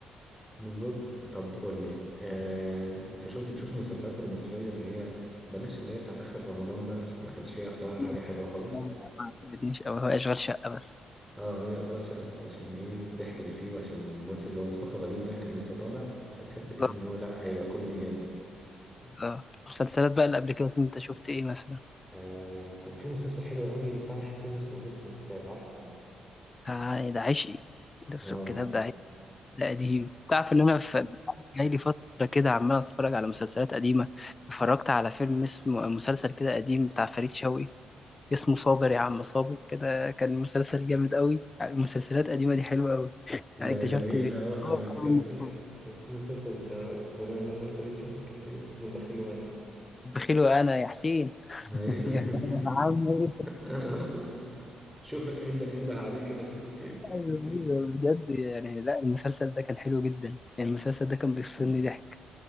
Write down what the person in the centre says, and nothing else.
بالظبط طب قول لي آه، انت شوف بتشوف المسلسلات المصريه اللي هي بلاش اللي هي بتاعت اخر رمضان ده عشان ما كانش فيها بصراحه
حاجه حلوه خالص
اه هي اشغال شقه بس عشان ايه الضحك اللي فيه وعشان الممثل اللي هو مصطفى غريب ده كان لسه طالع فتحس
كده ان هو لا هيبقى كوميدي جامد
آه كان في مسلسل حلو قوي لسامح حسين اسمه اللص والكتاب عارفه؟
اه
ده
جميل
اه
انا
في كان
في كان في مسلسل انت بما انك قلت فريد شوقي كان في اسمه البخيل وانا
أيوة.
<laughs> شوف انده انده عليه كده شوفه فين